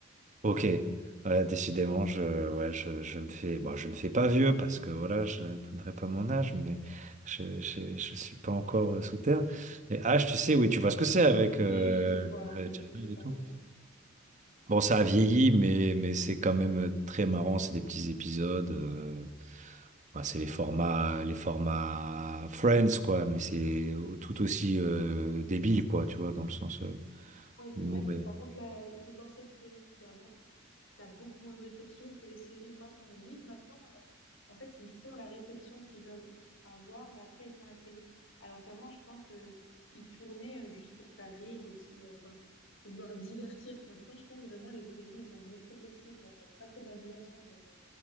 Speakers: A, on the right (about 40°); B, on the left (about 75°).
A: Ok, ouais, décidément, je, ouais, je, je me fais, bon, je me fais pas vieux parce que voilà, je n'atteindrai pas mon âge, mais je, je, je suis pas encore euh, sous terre. Et H, tu sais, oui, tu vois ce que c'est avec
B: Oui,
A: euh,
B: oui, je vois, oui,
A: euh, Jamil
B: je j'ai pas
A: et tout.
B: regardé.
A: Bon,
B: Oui,
A: ça a
B: oui.
A: vieilli, mais, mais c'est quand même très marrant. C'est des petits épisodes. euh, bah, c'est les formats, les formats Friends, quoi, mais c'est tout aussi euh, débile, quoi, tu vois, dans le sens euh,
B: Ouais, c'est
A: humour.
B: vrai que par contre, là, les anciennes séries d'avant, t'as beaucoup moins de réflexion que les séries de maintenant. Mais limite, maintenant, euh, en fait, ils font la réflexion qu'ils veulent avoir et après, ils font la série. Alors qu'avant, je pense, euh, ils tournaient euh, juste pour faire rire, l'obs- le- enfin, de vouloir divertir. Maintenant, je pense vraiment, les séries, ils ont un autre objectif, genre, euh, pas que de la diversion, genre, euh,